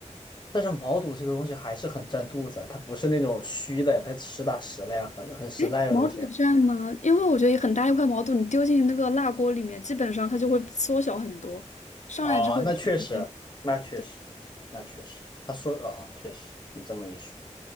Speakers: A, on the left (about 40°); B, on the left (about 75°).
A: 但是毛肚这个东西还是很占肚子啊，它不是那种虚的，它实打实的呀，很很实在的东西。
B: 哎，毛肚蘸吗？因为我觉得很大一块毛肚，你丢进那个辣锅里面，基本上它就会缩小很多，上来之后也差不多。
A: 哦，那确实，那确实，
B: 对
A: 那确实，他说啊、确实，你这么一说，